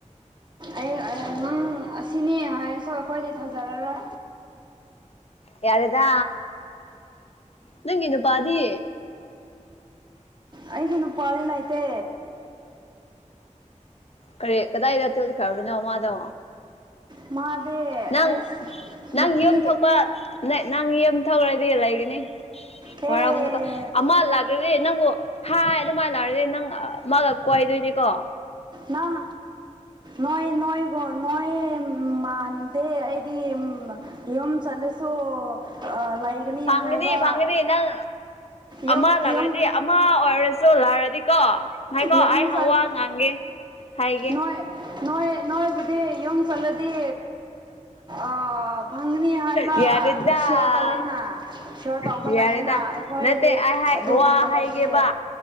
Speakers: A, on the right; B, on the left.
A: ꯑꯩ ꯅꯪ ꯑꯁꯤꯅꯦ ꯍꯥꯏꯔꯁꯨ ꯑꯈꯣꯏꯗꯤ ꯐꯖꯔꯔꯣꯏ
B: ꯌꯥꯔꯦꯗ ꯅꯪꯒꯤ ꯅꯨꯄꯥꯗꯤ
A: ꯑꯩꯒꯤ ꯅꯨꯄꯥꯗꯤ ꯂꯩꯇꯦ
B: ꯀꯔꯤ ꯀꯗꯥꯏꯗ ꯆꯠꯈ꯭ꯔꯕꯅꯣ ꯃꯥꯗꯣ
A: ꯃꯥꯗꯤ
B: ꯅꯪ
A: ꯑꯁ ꯅꯨꯄꯤ
B: ꯅꯪ ꯌꯨꯝ ꯊꯣꯛꯄ ꯅꯪ ꯌꯨꯝ ꯊꯧꯔꯗꯤ ꯂꯩꯒꯅꯤ
A: ꯑꯦ
B: ꯋꯥꯔꯧꯒꯅꯨꯀꯣ ꯑꯃ ꯂꯥꯛꯔꯗꯤ ꯅꯪꯕꯨ ꯍ ꯑꯗꯨꯃꯥꯏꯅ ꯂꯔꯗꯤ ꯅꯪ ꯃꯥꯒ ꯀꯣꯏꯗꯣꯏꯅꯦꯀꯣ
A: ꯅꯪ ꯅꯣꯏ ꯅꯣꯏꯒꯣ ꯅꯣꯏ ꯃꯥꯟꯗꯦ ꯑꯩꯗꯤ ꯑꯝ ꯌꯨꯝ ꯆꯠꯂꯦ ꯁꯨ ꯑ ꯂꯩꯒꯅꯤ
B: ꯐꯪꯒꯅꯤ
A: ꯍꯥꯏꯕ
B: ꯐꯪꯒꯅꯤ ꯅꯪ
A: ꯌꯨꯝ
B: ꯑꯃ ꯂꯥꯛꯔꯗꯤ
A: ꯌꯨꯝ
B: ꯑꯃ ꯑꯣꯏꯔꯁꯨ ꯂꯥꯛꯔꯗꯤꯀꯣ ꯉꯥꯏꯈꯣ
A: ꯌꯨꯝ
B: ꯑꯩ
A: ꯆꯠ
B: ꯋꯥ ꯉꯥꯡꯒꯦ ꯍꯥꯏꯒꯦ
A: ꯅꯣꯏ ꯅꯣꯏ ꯅꯣꯏꯕꯨꯗꯤ ꯌꯨꯝ ꯆꯠꯂꯗꯤ ꯑ ꯐꯪꯒꯅꯤ ꯍꯥꯏꯕ
B: ꯌꯥꯔꯦꯗ
A: ꯁꯤꯌꯣꯔ ꯇꯧꯋꯦꯅ ꯁꯤꯌꯣꯔ ꯇꯧꯕ
B: ꯌꯥꯔꯦꯗ
A: ꯂꯩꯌꯦꯅ ꯑꯩꯈꯣꯏꯗꯤ
B: ꯅꯠꯇꯦ ꯑꯩ ꯍꯥꯏ
A: ꯑꯗꯨꯒꯨꯝꯕ
B: ꯋꯥ ꯍꯥꯏꯒꯦꯕ
A: ꯂꯩꯇꯦ